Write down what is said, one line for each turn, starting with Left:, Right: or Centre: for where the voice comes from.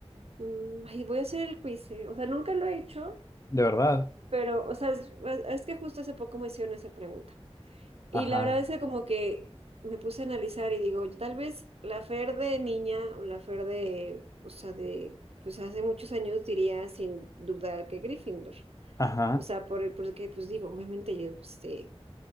Right: Mm, ay, voy a hacer el quiz, ¿eh? O sea, nunca lo he hecho,
Left: De verdad.
Right: pero, o sea, es, es que justo hace poco me hicieron esa pregunta. Y
Left: Ajá,
Right: la verdad es que como que me puse a analizar y digo, tal vez la Fer de niña o la Fer de, o sea, de, pues hace muchos años diría sin dudar que Gryffindor.
Left: ajá.
Right: O sea, por, el- porque, pues digo, obviamente yo, este,